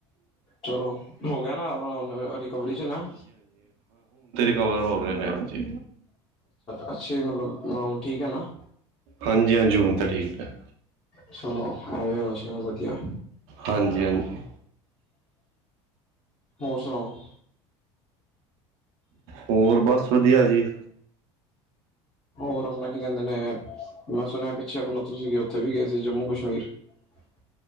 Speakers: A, on the left; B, on the right.
A: ਚਲੋ ਹੋ ਗਿਆ ਨਾ ਆਪਣਾ ਰਿਕਵਰੀ ਚੱਲਣਾ,
B: ਕਵਰ ਹੋ ਰਹੇ ਨੇ ਹਾਂਜੀ,
A: ਅੱਛੇ ਮਤਲਬ ਠੀਕ ਹੈ ਨਾ,
B: ਹਾਂਜੀ ਹਾਂ ਜੂਨ ਤਾਂ ਠੀਕ ਹੈ।
A: ਸੁਣੋ ਆ ਹੋਣਾ ਵਧੀਆ
B: ਹਾਂਜੀ-ਹਾਂਜੀ
A: ਹੋਰ ਸੁਣਾਓ?
B: ਹੋਰ ਬਸ ਵਧੀਆ ਜੀ,
A: ਹੋਰ ਆਪਣਾ ਕੀ ਕਹਿੰਦੇ ਨੇ ਮੈਂ ਸੁਣਿਆ ਪਿੱਛੇ ਆਪਣਾ ਤੁਸੀਂ ਉੱਥੇ ਵੀ ਗਏ ਸੀ ਜੰਮੂ ਕਸ਼ਮੀਰ, <unintelligible>